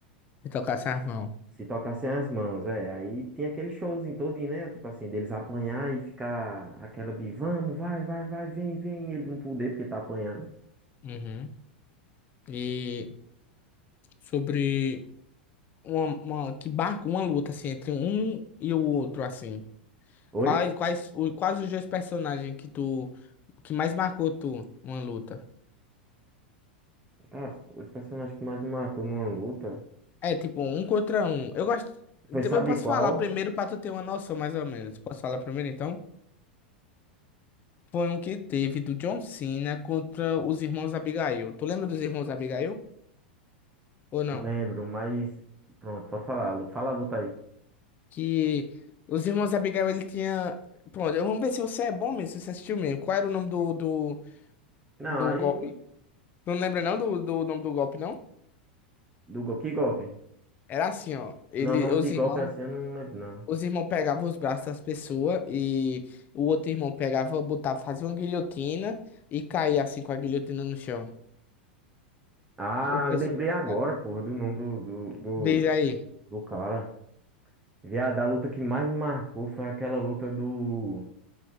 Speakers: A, on the left; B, on the right.
A: de tocar sarmão.
B: Se tocassem as mãos, é. Aí tinha aquele showzinho todinho, né? Tipo assim, deles apanhar e ficar aquela de vamos, vai, vai, vai, vem, vem, e ele não poder porque tá apanhando.
A: Uhum. E sobre uma, uma- que barco uma luta assim entre um e o outro assim.
B: Oi?
A: Quais quais o- quais os dois personagens que tu que mais marcou tu uma luta?
B: Cara, os os personagens que mais me marcou numa luta
A: É tipo um contra um. Eu gosto.
B: foi,
A: tipo,
B: sabe
A: Eu posso
B: qual?
A: falar primeiro pra tu ter uma noção, mais ou menos. Posso falar primeiro então? Foi um que teve do John Cena contra os irmãos Abigail. Tu lembra dos irmãos Abigail? Ou não?
B: Eu lembro, mas. Pronto, pode falar. Lu- Fala a luta aí.
A: Que os irmãos Abigail ele tinha. Pronto, eu- vamos ver se você é bom mesmo, se você assistiu mesmo. Qual era o nome do, do,
B: Não,
A: do
B: aí.
A: golpe? Tu não lembra não do, do nome do golpe, não?
B: Do gol. Que golpe?
A: Era assim, ó. Ele,
B: Não, o nome
A: os
B: de
A: irmãos.
B: golpe assim eu não lembro, não.
A: Os irmãos pegavam os braços das pessoas e o outro irmão pegava, botava, fazia uma guilhotina e caía assim com a guilhotina no chão.
B: Ah,
A: O pessoal,
B: lembrei agora,
A: cara.
B: porra, do nome do, do,
A: Diz
B: do,
A: aí.
B: do cara. Viado, a luta que mais me marcou foi aquela luta do.